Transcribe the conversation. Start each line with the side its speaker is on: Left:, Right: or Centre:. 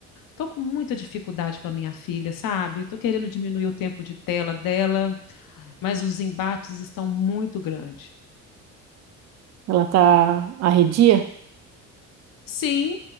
Left: Tô com muita dificuldade com a minha filha, sabe? Tô querendo diminuir o tempo de tela dela, mas os embates estão muito grandes.
Right: Ela tá arredia?
Left: Sim,